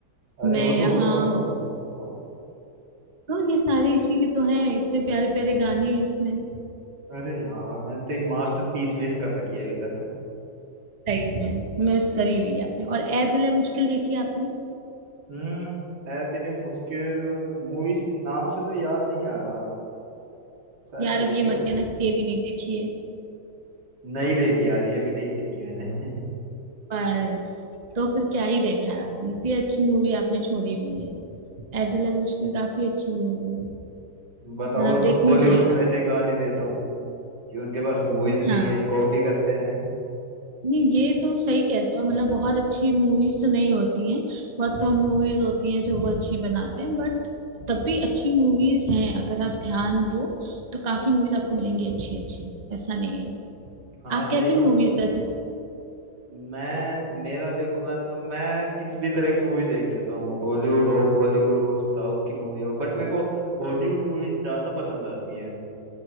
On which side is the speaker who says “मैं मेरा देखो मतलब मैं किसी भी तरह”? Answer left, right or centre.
Right